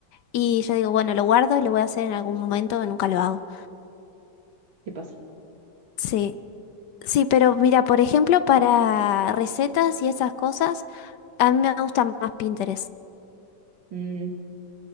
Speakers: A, on the left; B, on the right.
A: y yo digo, bueno, lo guardo y lo voy a hacer en algún momento, nunca lo hago.
B: qué pasa.
A: Sí, sí, pero mira, por ejemplo, para recetas y esas cosas, a mí me gusta más Pinterest.
B: Mm,